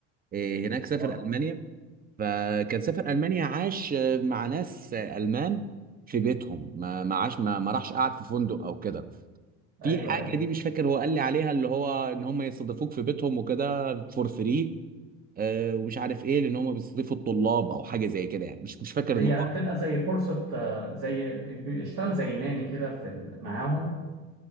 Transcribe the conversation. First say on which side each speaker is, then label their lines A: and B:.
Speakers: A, on the right; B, on the right.
A: آه، هناك سافر
B: اه
A: المانيا فكان سافر المانيا عاش آه، مع ناس آه، المان في بيتهم ما ما عاش ما ما راحش قعد في فندق او كده في
B: ايوه
A: حاجه
B: ايوه
A: دي مش فاكر هو قال لي عليها اللي هو ان هم يستضيفوك في بيتهم وكده فور فري ومش عارف ايه لان هم بيستضيفوا الطلاب او حاجه زي كده يعني مش مش فاكر
B: هي
A: الموضوع
B: بتبقى زي فرصه آه، زي بيشتغل زي ناني كده في ال- معاهم